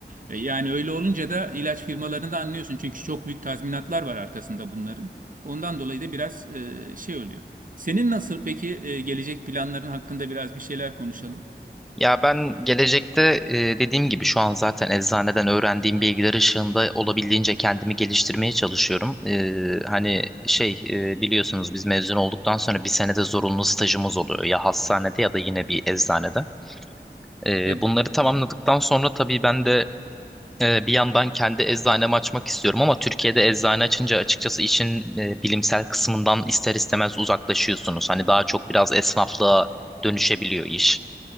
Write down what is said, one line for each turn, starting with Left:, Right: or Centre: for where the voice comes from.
Right: E, Yani öyle olunca da ilaç firmalarını da anlıyorsun. Çünkü çok büyük tazminatlar var arkasında bunların. Ondan dolayı da biraz e, şey oluyor. Senin nasıl peki e, gelecek planların hakkında biraz bir şeyler konuşalım.
Centre: Ya ben gelecekte e, dediğim gibi şu an zaten eczaneden öğrendiğim bilgiler ışığında olabildiğince kendimi geliştirmeye çalışıyorum. E, hani şey e, biliyorsunuz biz mezun olduktan sonra bir senede zorunlu stajımız oluyor ya hastanede ya da yine bir eczanede. E,
Right: Evet,
Centre: bunları tamamladıktan sonra tabii ben de Ee, bir yandan kendi eczanemi açmak istiyorum ama Türkiye'de eczane açınca açıkçası işin e, bilimsel kısmından ister istemez uzaklaşıyorsunuz. Hani daha çok biraz esnaflığa dönüşebiliyor iş.